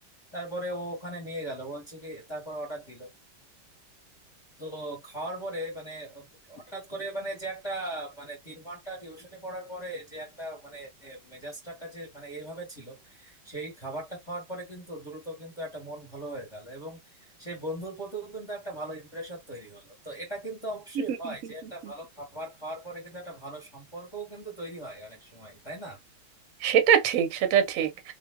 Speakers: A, on the left; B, on the right.
A: তারপরে ও ওখানে নিয়ে গেল বলছে কি তারপর অর্ডার দিল তো খাওয়ার পরে মানে হঠাৎ করে মানে যে একটা মানে তিন ঘন্টা টিউশনি পড়ার পরে যে একটা মানে মেজাজটা যে মানে এইভাবে ছিল সেই খাবারটা খাওয়ার পরে কিন্তু দ্রুত কিন্তু একটা মন ভালো হয়ে গেল এবং সেই বন্ধুর প্রতিও কিন্তু একটা ভালো ইমপ্রেশন তৈরি হলো তো এটা কিন্তু অবশ্যই
B: <laughs>
A: হয় যে একটা ভালো খাবার খাওয়ার পরে কিন্তু একটা ভালো সম্পর্কও কিন্তু তৈরি হয় অনেক সময় তাই না
B: সেটা ঠিক সেটা ঠিক